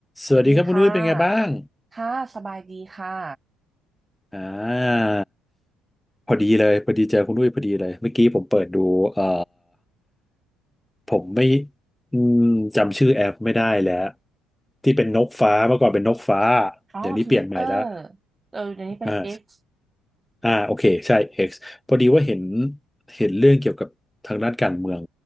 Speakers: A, in the centre; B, on the right (about 20°).
A: สวัสดีครับคุณอุ้ยเป็นไงบ้าง
B: สวัสดีค่ะค่ะ สบายดีค่ะ
A: อ่าพอดีเลยพอดีเจอคุณอุ้ยพอดีเลยเมื่อกี้ผมเปิดดูเอ่อผมไม่อืมจำชื่อแอปไม่ได้แล้วที่เป็นนกฟ้าเมื่อก่อนเป็นนกฟ้า
B: อ๋อทวิตเตอร์
A: เดี๋ยวนี้เปลี่ยนใหม่แล้ว
B: เออเดี๋ยวนี้เป็น
A: อ่า
B: X
A: อ่าโอเคใช่ X พอดีว่าเห็นเห็นเรื่องเกี่ยวกับทางด้านการเมือง